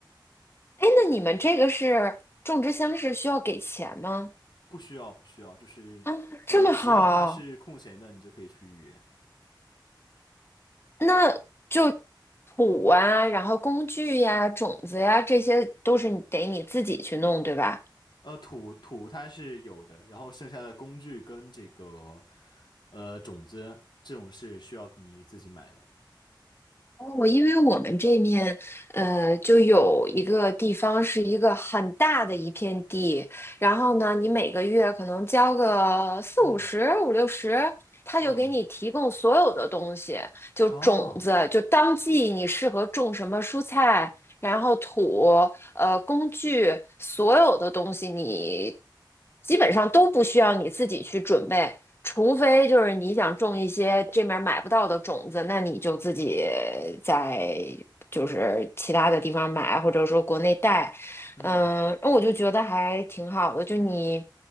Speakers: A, on the left; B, on the left.
A: 哎，那你们这个是种植箱是需要给钱吗？
B: 不需要，不需要，就是呃，
A: 啊，这么好，
B: 只要它是空闲的，你就可以去预约。
A: 那就土啊，然后工具呀、种子呀，这些都是你得你自己去弄，对吧？
B: 呃，土土它是有的，然后剩下的工具跟这个呃种子这种是需要你自己买的。
A: 哦，因为我们这面，呃，就有一个地方是一个很大的一片地，然后呢，你每个月可能交个四五十、
B: 嗯
A: 五六十，他就给你提供所有的东西，
B: 嗯，
A: 就种子，
B: 哦，
A: 就当季你适合种什么蔬菜，然后土、呃工具，所有的东西你基本上都不需要你自己去准备，除非就是你想种一些这面买不到的种子，那你就自己在就是其他的地方买，或者说国内带。
B: 嗯，
A: 嗯，我就觉得还挺好的，就你